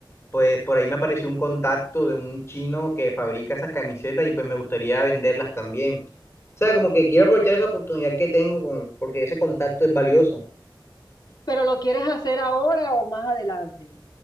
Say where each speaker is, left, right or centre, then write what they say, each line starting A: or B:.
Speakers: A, on the left (about 30°); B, on the left (about 55°).
A: pues por ahí me apareció un contacto de un chino que fabrica esas camisetas y pues me gustaría venderlas también. O sea, como que quiero aprovechar esa oportunidad que tengo con, porque ese contacto es valioso.
B: Pero lo quieres hacer ahora o más adelante.